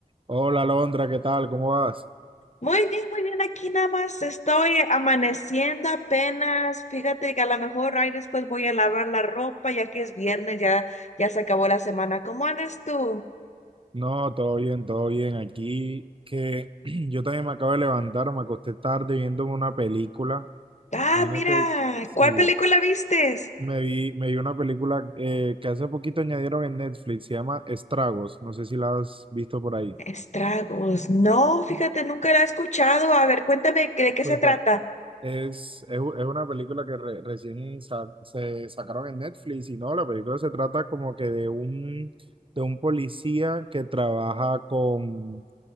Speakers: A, on the right; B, on the left.
A: Hola Londra, ¿qué tal? ¿Cómo vas?
B: Muy bien, muy bien. Aquí nada más estoy amaneciendo apenas. Fíjate que a lo mejor ahí después voy a lavar la ropa, ya que es viernes, ya, ya se acabó la semana. ¿Cómo andas tú?
A: No, todo bien, todo bien. Aquí que <clears throat> yo también me acabo de levantar, me acosté tarde viéndome una película.
B: Ah,
A: Imagínate,
B: mira,
A: sí,
B: ¿cuál película vistes?
A: me vi, me vi una película eh, que hace poquito añadieron en Netflix, se llama Estragos. No sé si la has visto por ahí.
B: Estragos. No, fíjate, nunca la he escuchado. A ver, cuéntame que- de qué
A: Pues,
B: se trata.
A: ta- es, es, u- es una película que re- recién sa- se sacaron en Netflix y no, la película se trata como que de un, de un policía que trabaja con